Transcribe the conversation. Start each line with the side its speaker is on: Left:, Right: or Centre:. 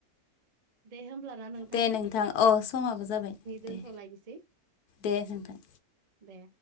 Right: दे होमब्लाना नों
Left: दे नोंथां औ समाबो जाबाय
Right: दोनथ'लायनोसै
Left: दे दे नोंथां।
Right: दे